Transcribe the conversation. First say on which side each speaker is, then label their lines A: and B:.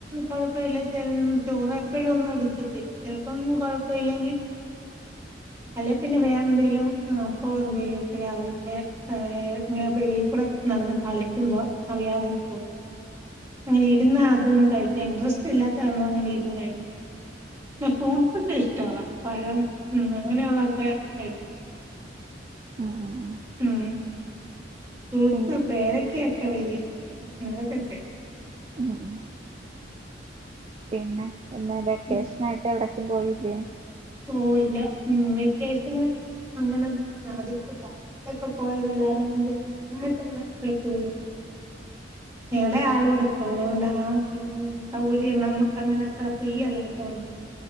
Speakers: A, on the right; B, on the right.
A: കൊഴപ്പവില്ലേ ചെന്ന് ചോറെ എപ്പോഴും ഒന്നും എടുക്കത്തില്ല ചെലപ്പം കൊഴപ്പവില്ലെങ്കി അല്ലെപിന്നെ വേറെന്തേലും അപ്പോം എന്തേലുംക്കെ രാവിലത്തെ ഇങ്ങനെ വെളിക്കൂടെ നടന്ന് കളിക്കുമ്പം അറിയാതങ്ങ് കൊട്ക്കും അങ്ങനെ ഇരുന്നാ അതൊന്നും കഴിക്കാൻ ഇൻട്രസ്റ്റ് ഇല്ലാത്ത ഒന്നും അങ്ങനെ ഇരുന്ന് കഴിക്കത്തില്ല പിന്നെ ഫ്രൂട്ട്സ് ഒക്കെ ഇഷ്ടവാ പഴം ഉം അങ്ങനെയുള്ളൊതൊക്കെ കഴിച്ചോളും
B: ഉം ഉം ഉം
A: ഉം ഫ്രൂട്ട്സ്
B: പിന്നെ
A: പേരക്കൊക്കെ വലിയ ഇഷ്ടാ അതൊക്കെ കഴിക്കും
B: ഉം ഉം പിന്നെ എന്താ വെക്കേഷനായിട്ട്
A: ഉം
B: എവടേക്കും പോയില്ലേ
A: ഓഹ് ഇല്ല ഉം വെക്കേഷന് അങ്ങനെ ഒന്നും <unintelligible> പണ്ടൊക്കെ പോയതല്ലാതെ <unintelligible> ടൂറൊന്നും എളേ ആളുടൊക്കെ ഒള്ളകൊണ്ടാ കുഞ്ഞ് സൗകര്യം നമ്മുക്കങ്ങനെ അത്ര ഫ്രീ അല്ലാത്തോണ്ട്